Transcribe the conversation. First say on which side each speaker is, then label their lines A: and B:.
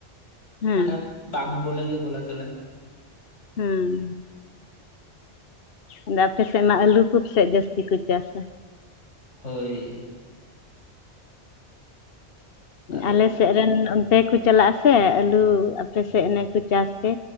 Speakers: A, on the left (about 55°); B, on the left (about 85°).
A: ᱦᱮᱸ
B: ᱢᱟᱱᱮ ᱵᱟᱝ ᱵᱚᱞᱮ ᱜᱮ ᱵᱚᱞᱟ ᱪᱚᱞᱮ ᱾
A: ᱦᱩᱸ ᱟᱫᱚ ᱟᱯᱮᱥᱮᱫ ᱢᱟ ᱟᱹᱞᱩ ᱠᱚᱯ ᱥᱮᱫ ᱡᱟᱹᱥᱛᱤ ᱠᱚ ᱪᱟᱥᱟ᱾
B: ᱦᱳᱭ ᱟᱹᱞᱩ᱾
A: ᱟᱞᱮ ᱥᱮᱫ ᱨᱮᱱ ᱚᱱᱛᱮ ᱠᱚ ᱪᱟᱞᱟᱜ ᱟᱥᱮ ᱟᱞᱩ ᱟᱯᱮᱥᱮᱫ ᱚᱱᱮ ᱠᱚ ᱪᱟᱥ ᱯᱮ